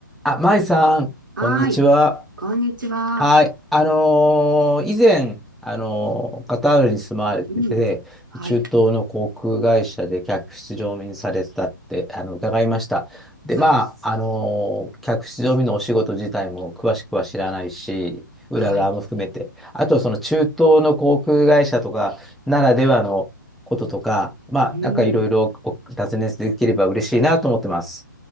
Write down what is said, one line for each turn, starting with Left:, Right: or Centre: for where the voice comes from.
Centre: あ、舞さん、
Right: はーい。
Centre: こんにちは。
Right: こんにちは。
Centre: はい。あのー以前、あのーカタールに住まわれてて、
Right: うん。はい。
Centre: 中東の航空会社で客室乗務員されてたって、あの、伺いました。で、
Right: はい。
Centre: まあ、あのー客室乗務員のお仕事自体も詳しくは知らないし、裏側も含めて、
Right: はい。
Centre: あと、その中東の航空会社とかならではのこととか、まあ、
Right: うん。
Centre: なんかいろいろお尋ねできれば嬉しいなと思ってます。